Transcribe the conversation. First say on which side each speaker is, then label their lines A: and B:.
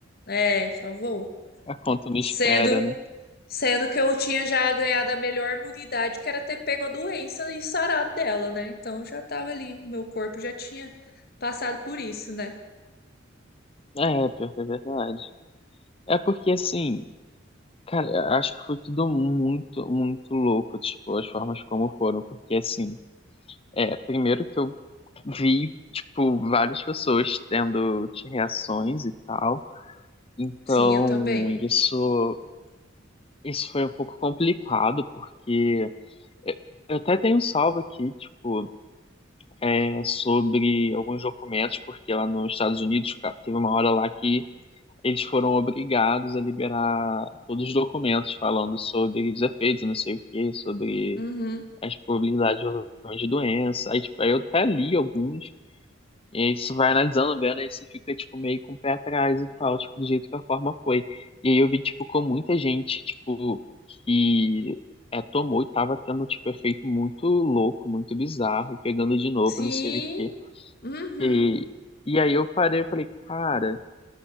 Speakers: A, on the left (about 55°); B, on the left (about 30°).
A: É, só vou.
B: A conta não espera,
A: Sendo
B: né?
A: Sendo que eu tinha já ganhado a melhor imunidade, que era ter pego a doença e sarado dela, né? Então já tava ali, meu corpo já tinha passado por isso, né?
B: É, pior que é verdade. É porque, assim, cara, eu acho que foi tudo muito, muito louco, tipo, as formas como foram. Porque, assim, é, primeiro que eu vi, tipo, várias pessoas tendo reações e tal. Então,
A: Sim, eu também.
B: isso, isso foi um pouco complicado, porque eu eu até tenho um salvo aqui, tipo. é, sobre alguns documentos, porque lá nos Estados Unidos, cara, teve uma hora lá que eles foram obrigados a liberar todos os documentos falando sobre os efeitos, não sei o quê, sobre
A: Uhum.
B: as probabilidades de de doença. Aí, tipo, aí eu até li alguns, e aí você vai analisando, vendo, aí você fica, tipo, meio com o pé atrás e tal, tipo, do jeito que a forma foi. E aí eu vi, tipo, com muita gente, tipo, que é, tomou e tava tendo, tipo, efeito muito louco, muito bizarro, e pegando de novo,
A: Sim.
B: não sei o quê.
A: Uhum.
B: E, e aí eu parei e falei, cara,